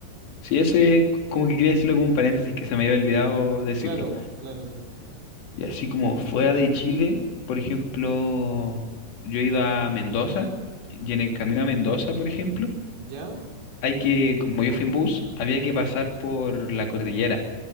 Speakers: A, on the left; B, on the right.
A: Sí, ese, como que quería decirlo como un paréntesis que se me había olvidado decirlo.
B: Claro, po, claro, sí.
A: Y así como fuera de Chile, por ejemplo, yo he ido a Mendoza y en el camino a Mendoza, por ejemplo,
B: ¿Ya?
A: hay que, como yo fui en bus, había que pasar por la cordillera.